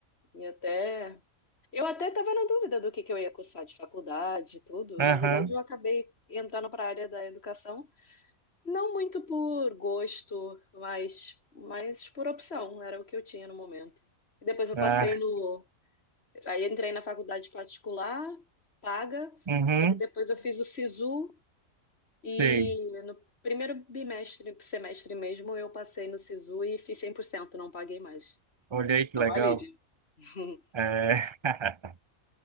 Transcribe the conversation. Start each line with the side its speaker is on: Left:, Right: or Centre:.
Left: E até... Eu até estava na dúvida do que que eu ia cursar de faculdade e tudo.
Right: Aham.
Left: Na verdade, eu acabei entrando para a área da educação não muito por gosto, mas, mas por opção, era o que eu tinha no momento. E Depois eu
Right: Ah,
Left: passei no. Aí entrei na faculdade particular, paga,
Right: uhum.
Left: só que depois eu fiz o SISU e
Right: Sei.
Left: no primeiro bimestre, semestre mesmo, eu passei no SISU e fiz cem por cento não paguei mais.
Right: Olhei que
Left: Deu
Right: legal.
Left: um alívio. <laughs>
Right: É. <laughs>